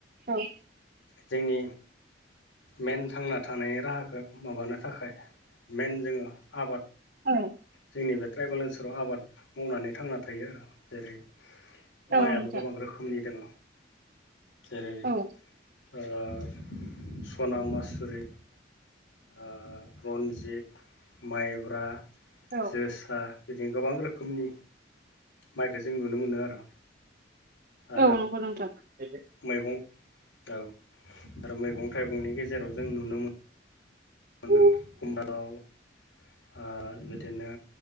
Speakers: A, on the right; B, on the left.
A: औ
B: जोंनि मेन थांना थानायनि राहाखौ माबानो थाखाय मेन जोङो आबाद
A: औ
B: जोंनि बे ट्राइबेल ओनसोलाव आबाद मावनानै थांना थायो आरो जेरै
A: औ
B: माइआबो
A: नोंथां
B: गोबां रोखोमनि दङ जेरै
A: औ
B: ओ सना मासुरि ओ रन्जित माइब्रा
A: औ
B: जोसा बिदि गोबां रोखोमनि माइखो जों नुनो मोनो आरो आरो
A: औ नंगौ नोंथां औ
B: मैगं औ आरो मैगं थाइगंनि गेजेराव जों नुनो मोनो मोनो
A: औ
B: खुमब्रा लाव <unintelligible> ओ बिदिनो